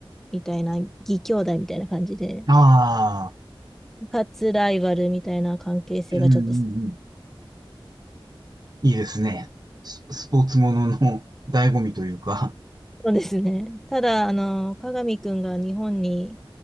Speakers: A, in the centre; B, on the right.
A: みたいな、義兄弟みたいな感じで、
B: ああ、
A: かつライバルみたいな関係性がちょっと、
B: うんうんうん。
A: そ
B: いいですね。ス、スポーツものの醍醐味というか。
A: うですね。ただ、あの、加賀美くんが日本に